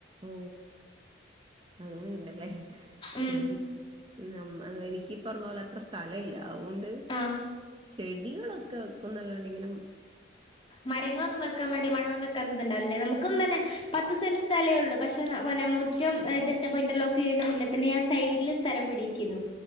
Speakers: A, on the right (about 25°); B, on the left (about 30°).
A: ഓ അങ്ങനിം ഇണ്ടല്ലേ
B: ഉം
A: ഞാനി നം അത് എനിക്കീ പറഞ്ഞ പോലെ അത്ര സ്ഥല ഇല്ല അതുകൊണ്ട്
B: ആഹ്
A: ചെടികളൊക്കെ വെക്കുംന്നല്ലാണ്ടിങ്ങനെ
B: മരങ്ങളൊന്നും വെക്കാൻ വേണ്ടി മണവം വെക്കാൻ ഇതുണ്ടാവല്ലേ നമുക്കും തന്നെ പത്ത് സെന്റ് സ്ഥലേ ഉള്ളു പക്ഷെ <unintelligible> മുറ്റം ഏഹ് ഇതിട്ടപ്പോ ഇന്റർലോക്ക് ചെയ്യണ മുന്നേ തന്നെ ഞാൻ സൈഡില് സ്ഥലം വിടീച്ചിരുന്നു